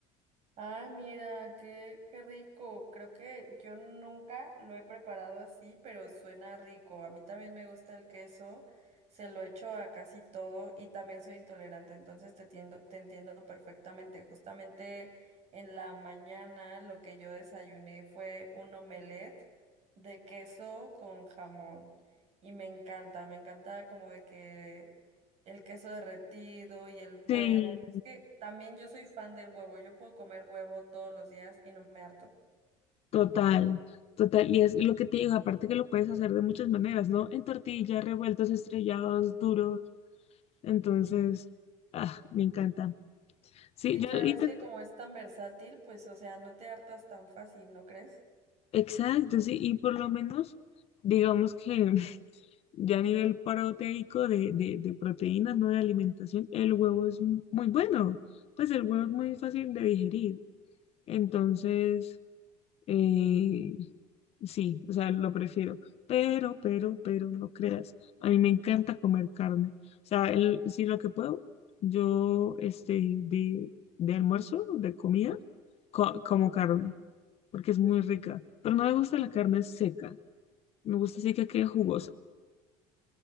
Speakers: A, on the right; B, on the left.
A: Ah, mira, qué, qué rico. Creo que yo nunca lo he preparado así, pero suena rico. A mí también me gusta el queso, se lo echo a casi todo y también soy intolerante, entonces te entiendo te entiendo perfectamente. Justamente en la mañana lo que yo desayuné fue un omelette de queso con jamón y me encanta, me encanta como de que el queso derretido y el huevo.
B: Sí,
A: Es que también yo soy fan del huevo. Yo puedo comer huevo todos los días y no me harto.
B: total, total. Y es lo que te digo, aparte que lo puedes hacer de muchas maneras, ¿no? En tortillas, revueltos, estrellados, duros. Entonces, ah, me encanta. Sí,
A: Y
B: yo
A: claro,
B: intento,
A: es que como es tan versátil, pues, o sea, no te hartas tan fácil, ¿no crees?
B: exacto, sí, y por lo menos, digamos que <laughs> ya a nivel proteico de, de, de proteínas, no de alimentación, el huevo es muy bueno. Pues el huevo es muy fácil de digerir. Entonces, eh, sí, o sea, lo prefiero. Pero, pero, pero, no creas. A mí me encanta comer carne. O sea, el- si lo que puedo, yo, este, de, de almuerzo, de comida, co-
A: Ujú.
B: como carne, porque es muy rica. Pero no me gusta la carne seca. Me gusta así que quede jugosa.